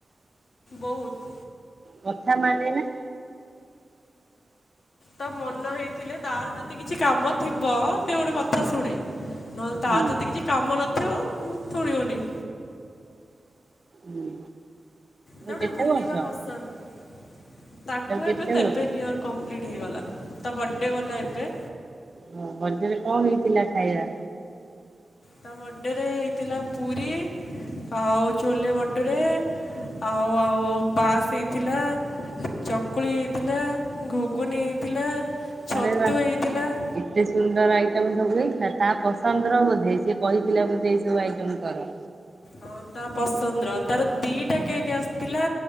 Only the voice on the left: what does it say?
ବହୁତ।
ତା ମନ ହେଇଥିଲେ ତାର ଯେତେ କିଛି କାମ ଥିବ ସେ ଗୋଟେ କଥା ଶୁଣେ। ନହେଲେ
ତାର ଯଦି କିଛି କାମ ନଥିବ ଥୁଣିବନି।
ତାକୁ ଟିକେ
ବୁଲିବା
ପସନ୍ଦ। ତାକୁ
ଏବେ ସେଭେନ
ଇୟର୍। କମ୍ପ୍ଲିଟ୍ ହେଇଗଲା। ତା ବର୍ଥଡ଼େ ଗଲା ଏବେ।
ତା ବର୍ଡେରେ ହେଇଥିଲା ପୁରୀ ଆଉ ଛୋଲେ ବଟୁରେ ଆଉ ଆଉ ପାସ ହେଇଥିଲା ଚକୁଳି ହେଇଥିଲା ଘୁଗୁନି ହେଇଥିଲା ଛତୁ
ହେଇଥିଲା
ହଁ, ତା ପସନ୍ଦର। ତାର ଦି ଟା କେକ୍ ଆସିଥିଲା।